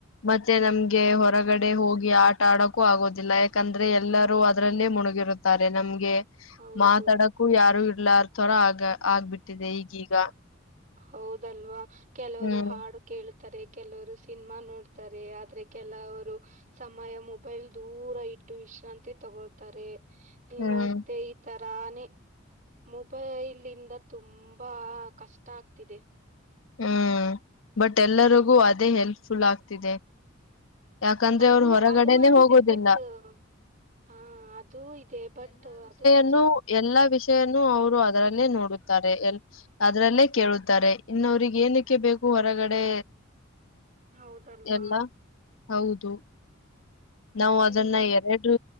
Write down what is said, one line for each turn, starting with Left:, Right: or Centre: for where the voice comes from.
Left: ಮತ್ತೆ ನಮ್ಗೆ ಹೊರಗಡೆ ಹೋಗಿ ಆಟ ಆಡಕೂ ಆಗೋದಿಲ್ಲ ಯಾಕಂದ್ರೆ ಎಲ್ಲರೂ ಅದ್ರಲ್ಲೇ ಮುಣುಗಿರುತ್ತೆ.. ತಾರೆ ನಮ್ಗೆ
Right: ಹೌದು
Left: ಮಾತಾಡಕೂ ಯಾರು ಇರ್ಲಾರ ತರ ಆಗ ಆಗ್ಬಿಟ್ಟಿದೆ ಈಗೀಗ.
Right: ಹೌದಲ್ವಾ ಕೆಲವರು
Left: ಹ್ಮ್
Right: ಹಾಡು.. ಕೇಳ್ತಾರೆ ಕೆಲವರು ಸಿನಿಮಾ ನೋಡ್ತಾರೆ ಆದ್ರೆ ಕೆಲವರು. ಸಮಯ ಮೊಬೈಲ್ ದೂರ ಇಟ್ಟು ವಿಶ್ರಾಂತಿ ತಗೊಳ್ತಾರೆ..
Left: ಹ್ಮ್
Right: ಮತ್ತೆ ಈ ತರಾನೇ. ಮೊಬೈಲ್ಂದ ತುಂಬಾ ಕಷ್ಟ ಆಗ್ತಿದೆ.
Left: ಹ್ಮ್ ಬಟ್ ಎಲ್ಲರಿಗೂ ಅದೇ ಹೆಲ್ಪ್ಫುಲ್ ಆಗ್ತಿದೆ. ಯಾಕಂದ್ರೆ
Right: ಅದು
Left: ಅವ್ರು ಹೊರಗಡೆನೆ
Right: ಅದು ಒಂದಿದೆ
Left: ಹೋಗೋದಿಲ್ಲ
Right: ಬಟ್. ಹ ಅದುೂ ಇದೆ ಬಟ್ ಅದು. ನಿಜ
Left: ನ್ನು ಎಲ್ಲಾ ವಿಷಯನ್ನು ಅವರು ಅದರಲ್ಲೇ ನೋಡುತ್ತಾರೆ ಎ ಅದರಲ್ಲೇ ಕೇಳುತ್ತಾರೆ. ಇನ್ನವ್ರಗ್ ಏನಕ್ಕೆ ಬೇಕು ಹೊರಗಡೆ..
Right: ಹೌದಲ್ವಾ.
Left: ಎಲ್ಲ ಹೌದು ನಾವು ಅದನ್ನ
Right: ಏನ್ ಮಾಡ
Left: ಎರಡು..